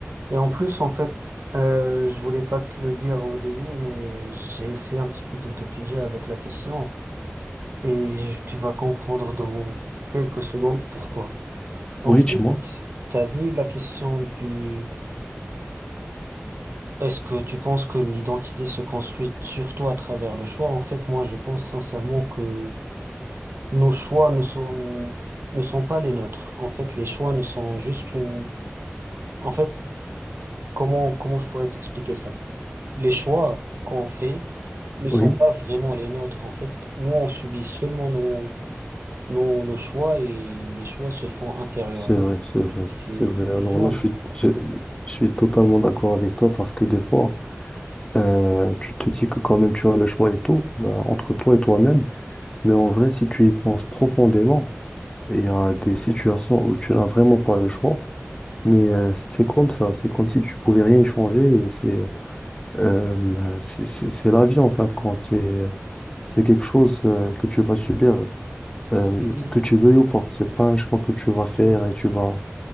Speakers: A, on the right (about 55°); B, on the left (about 20°).
A: Et en plus, en fait, euh, je voulais pas te le dire au début, mais j'ai essayé un petit peu de te piéger avec la question. Et je- tu vas comprendre dans quelques secondes pourquoi. En
B: Oui,
A: fait,
B: dis-moi.
A: t'as vu la question du... Est-ce que tu penses que l'identité se construit surtout à travers le choix? En fait, moi, je pense sincèrement que nos choix ne sont, ne sont pas les nôtres. En fait, les choix ne sont juste une... En fait, comment, comment je pourrais t'expliquer ça? Les choix qu'on fait ne sont
B: Oui,
A: pas vraiment les nôtres. En fait, nous, on subit seulement nos Nos, nos choix et les choix se font intérieurement.
B: c'est vrai, c'est
A: En
B: vrai,
A: fait, c'est
B: c'est
A: l'illusion
B: vrai. Alors là, je
A: du
B: suis,
A: choix.
B: je, je suis totalement d'accord avec toi parce que des fois, euh, tu te dis que quand même tu as le choix et tout, bah, entre toi et toi-même. Mais en vrai, si tu y penses profondément, Il y a des situations où tu n'as vraiment pas le choix, mais euh, c'est comme ça, c'est comme si tu pouvais rien y changer et c'est euh, c'est c'est- c'est la vie en fin de compte, c'est c'est quelque chose euh, que tu vas subir, euh,
A: Exactement.
B: que tu veuilles ou pas. C'est pas un choix
A: Exactement.
B: que tu vas faire et tu vas